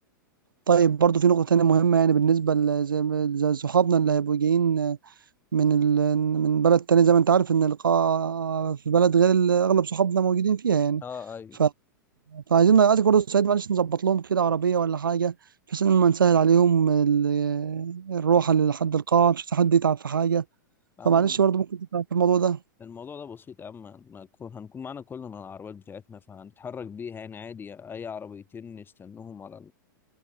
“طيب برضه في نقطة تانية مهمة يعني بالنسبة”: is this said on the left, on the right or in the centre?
Right